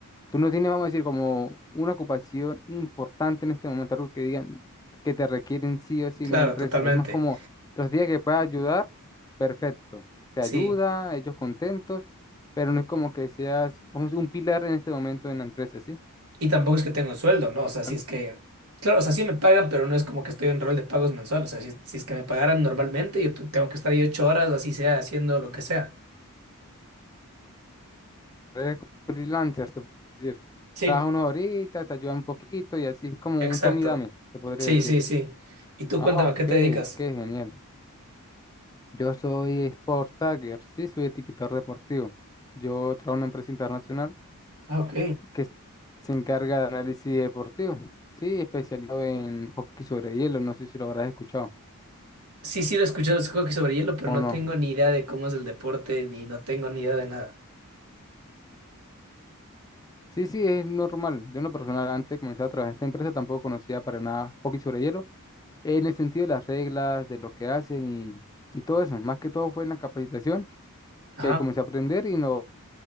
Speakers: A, on the left; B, on the right.
A: Tú no tienes, vamos a decir, como una ocupación importante en este momento, algo que digan que te requieren sí o sí
B: claro,
A: en la empresa.
B: totalmente.
A: Es más como los días que puedas ayudar, perfecto. Se
B: Sí,
A: ayuda, ellos contentos, pero no es como que seas, vamos a decir, un pilar en este momento en la empresa, ¿sí?
B: y tampoco es que tengo un sueldo, ¿no? O sea, si
A: Al
B: es que... Claro, o sea, sí me pagan, pero no es como que estoy en rol de pagos mensuales. O sea, si, si es que me pagaran normalmente, yo tu- tengo que estar ahí ocho horas, así sea, haciendo lo que sea.
A: revés, como freelancer, se puede decir.
B: Sí.
A: Trabaja uno ahorita, te ayuda un poquito y así es como
B: Exacto.
A: un tome y dame, se podría
B: Sí,
A: decir.
B: sí, sí. Y tú
A: Ah,
B: cuéntame,
A: ok,
B: ¿a qué te
A: qué
B: dedicas?
A: genial. Yo soy Sport Tagger, sí, soy etiquetador deportivo. Yo trabajo en una empresa internacional
B: Ah, ok.
A: que se encarga de análisis deportivo, sí, especializado en hockey sobre hielo, no sé si lo habrás escuchado
B: Sí, sí, lo he escuchado, es hockey sobre hielo, pero
A: o
B: no
A: no.
B: tengo ni idea de cómo es el deporte, ni no tengo ni idea de nada.
A: Sí, sí, es normal. Yo en lo personal, antes de comenzar a trabajar en esta empresa, tampoco conocía para nada hockey sobre hielo, en el sentido de las reglas, de lo que hacen y, y todo eso. Más que todo fue en la capacitación
B: Ajá,
A: que comencé a aprender y en los